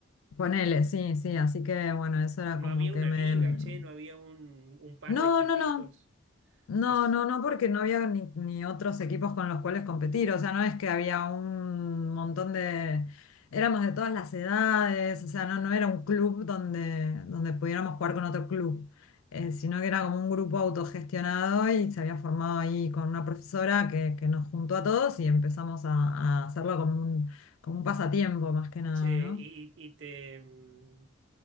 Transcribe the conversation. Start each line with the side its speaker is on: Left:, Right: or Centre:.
Left: Ponele, sí, sí, así que bueno, eso era
Right: No
Left: como
Right: había
Left: que
Right: una
Left: me,
Right: liga,
Left: mm,
Right: che, no había un, un par
Left: No,
Right: de equipitos.
Left: no, no. No,
Right: No s-
Left: no, no, porque no había ni, ni otros equipos con los cuales competir. O sea, no es que había un montón de... Éramos de todas las edades, o sea, no, no era un club donde, donde pudiéramos jugar con otro club, eh, sino que era como un grupo autogestionado y se había formado ahí con una profesora que, que nos juntó a todos y empezamos a, a hacerlo como un, como un pasatiempo más que nada,
Right: che,
Left: ¿no?
Right: y, y te mm,